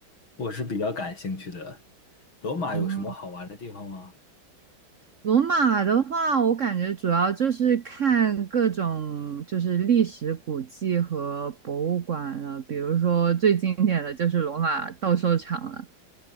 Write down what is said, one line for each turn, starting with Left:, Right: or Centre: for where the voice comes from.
Left: 我是比较感兴趣的。罗马有什么好玩的地方吗？
Right: 哦。罗马的话，我感觉主要就是看各种就是历史古迹和博物馆了，比如说最经典的就是罗马斗兽场了，